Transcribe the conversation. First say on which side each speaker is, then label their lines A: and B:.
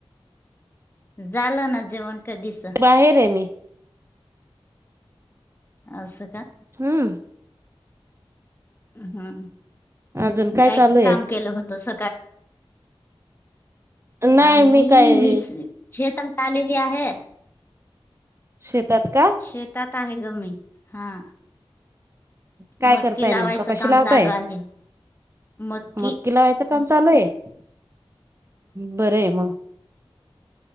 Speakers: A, on the left; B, on the right.
A: झालं ना जेवण. कधीच
B: बाहेर आहे मी.
A: असं का.
B: हम्म.
A: हम्म
B: अजून काय
A: काही
B: चालू आहे
A: काम केलं होतं स
B: नाही
A: आम्ही
B: मी काय
A: बीस शेतम आलेली आहे.
B: शेतात का.
A: शेतात आहे गमी ह मीच हा.
B: काय
A: मक्की
B: करताय
A: लावायचं
B: मग का कशी
A: काम
B: लावताय.
A: चालू आहे मक्की
B: नक्की लावायचं काम चालू आहे. बर आहे मग,